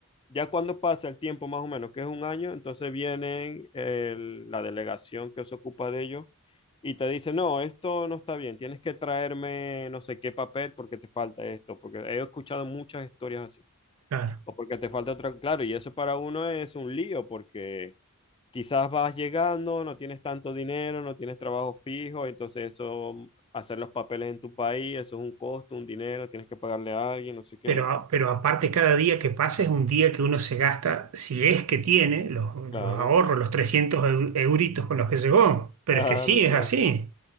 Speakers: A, on the left; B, on the right.
A: Ya cuando pasa el tiempo más o menos, que es un año, entonces vienen el- la delegación que se ocupa de ellos y te dice, no, esto no está bien, tienes que traerme no sé qué papel porque te falta esto, porque he escuchado muchas historias así,
B: Claro.
A: o porque te falta otra, claro, y eso para uno es un lío porque quizás vas llegando, no tienes tanto dinero, no tienes trabajo fijo, entonces eso, hacer los papeles en tu país, eso es un costo, un dinero, tienes que pagarle a alguien, no sé qué,
B: Pero, a- pero aparte, cada día que pasa es un día que uno se gasta, si es que tiene, los,
A: claro,
B: los ahorros, los 300 eu- euritos con los que llegó.
A: <laughs>
B: Pero
A: claro,
B: es que sí, es
A: claro.
B: así.